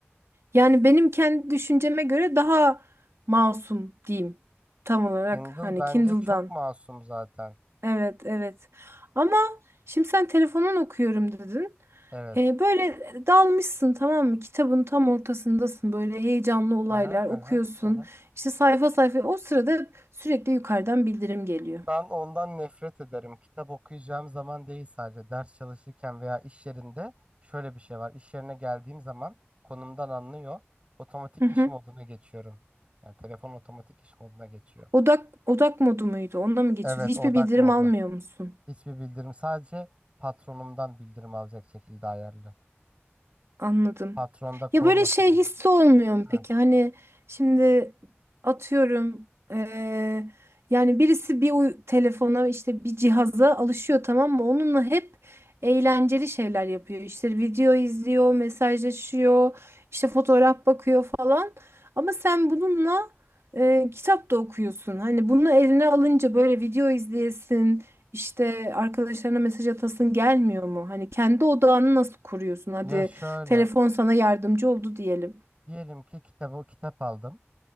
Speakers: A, on the right; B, on the right.
A: Yani benim kendi düşünceme göre daha masum diyeyim tam olarak
B: Kindle
A: hani
B: bence
A: Kindle'dan.
B: çok masum zaten.
A: Evet, evet. Ama şimdi sen telefondan okuyorum dedin.
B: Evet.
A: Ee, böyle dalmışsın tamam mı? Kitabın tam ortasındasın. Böyle heyecanlı olaylar
B: Hı hı hı
A: okuyorsun.
B: hı. hı hı.
A: İşte sayfa sayfa. O sırada sürekli yukarıdan bildirim geliyor.
B: Ben ondan nefret ederim. Kitap okuyacağım zaman değil sadece ders çalışırken veya iş yerinde şöyle bir şey var. İş yerine geldiğim zaman konumdan anlıyor. Otomatik
A: Hı hı.
B: iş moduna geçiyorum. Yani telefon otomatik iş moduna geçiyor.
A: Odak odak modu muydu? Onda mı geçiyorsun?
B: Evet
A: Hiçbir
B: odak
A: bildirim
B: modu.
A: almıyor musun?
B: Hiçbir bildirim sadece patronumdan bildirim alacak şekilde ayarlı.
A: Anladım.
B: Patronda kovmasın
A: Ya böyle şey
B: bizi
A: hissi
B: diye.
A: olmuyor mu
B: Ha.
A: peki? Hani şimdi atıyorum eee, yani birisi bir uy- telefona işte bir cihaza alışıyor tamam mı? Onunla hep eğlenceli şeyler yapıyor. İşte video izliyor, mesajlaşıyor, işte fotoğraf bakıyor falan. Ama sen bununla eee, kitap da okuyorsun. Hani bunu eline alınca böyle video izleyesin, işte arkadaşlarına mesaj atasın gelmiyor mu? Hani kendi odağını nasıl kuruyorsun? Hadi
B: Ya şöyle
A: Telefon sana yardımcı oldu diyelim.
B: diyelim ki kitabı kitap aldım.